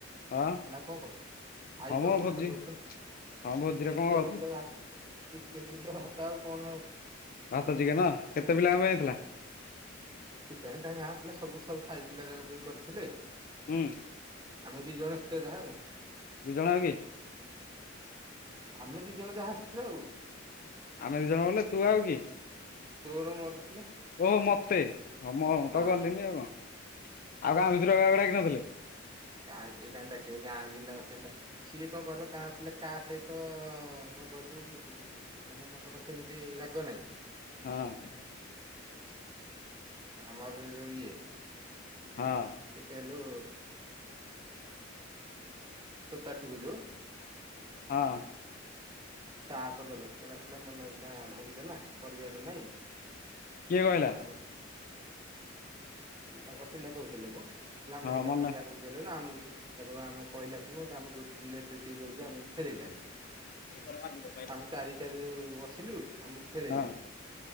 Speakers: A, on the left; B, on the right.
A: ହଁ
B: ନା କଣ କର ଆଇଟମ
A: ହଁ ମ ଭୋଜି
B: କଥା କହୁଛୁ ନା
A: ହଁ ଭୋଜିରେ
B: ଚିକେନକୁ
A: କଣ ଗଳ୍ପ
B: ତ ଭା ଚିକେନକୁ ତ ଭାତ ଆଉ କଣ ଆଉ?
A: ଭାତ ଚିକେନ କେତେ ପିଲାଙ୍କ ପାଇଁ ହେଇଥିଲା?
B: କିଜାଣି ତା ଗାଁ ପିଲା ସବୁ ସାଇ ସାଇ ପିଲାଙ୍କ ପାଇଁ କରିଥିଲେ?
A: ହୁଁ।
B: ଆମେ ଦି ଜଣ ଆସ୍ତେ ଯାହାହଉ।
A: ଦି ଜଣ ଆଉ କିଏ?
B: ଆମେ ଦି ଜଣ ଯାହା ଆସିଥିଲେ ଆଉ।
A: ଆମେ ଦି ଜଣ ବୋଲେ ତୁ ଆଉ କିଏ?
B: ତୋର ମୋର ଥିଲେ।
A: ଓହୋ ମତେ ମୁଁ
B: ହଁ
A: ତ ଗଲିନି ଆଉ କଣ ଆଉ ଗାଁ
B: ଉଁ
A: ଭିତରୁ କାହାକୁ ଡାକି ନଥିଲେ?
B: ଗାଁ ଭିତରୁ କାହିଁକି ଡାକିବେ ଗାଁ ପିଲାଙ୍କ ସହିତ ସିଏ କଣ କହିଲ କା ପିଲା କା ସହିତ କଣ କହିଲୁ? ମାନେ ତାଙ୍କର ସେମିତି ରାଗ ନାହିଁ।
A: ହଁ।
B: ଆମର ଯଉ ଇଏ।
A: ହଁ।
B: କିଏ କେଲୁ? ତୋଟା ଥିବୁ ଯୋଉ।
A: ହଁ।
B: ତାପରେ <inaudible> ଆସିଲା ମନ ଇଚ୍ଛା ଭାଙ୍ଗିଦେଲା ପରିବାର ନାଇଁ।
A: କିଏ କହିଲା?
B: ଆମେ ତାଙ୍କ ପିଲା କହୁଥିଲେ ହୋ କହିଲେ ଆମେ
A: ହଁ
B: ଏଇଟା
A: ମନେ
B: ପାଇଁ ଜାଣିକି ଦେଲା ଆମକୁ ଆମେ କହିଲାଠୁଁ ଆମକୁ ଲେଟରେ ଟିକେ ଗଲୁ ଯେ ଆମକୁ ଖେଳେଇଲେନି।
A: ଘରମାଲିକ।
B: ଆମେ ଚାରିଟାରୁ ବସିଲୁ ଆମକୁ ଖେଳେଇଲେନି।
A: ହଁ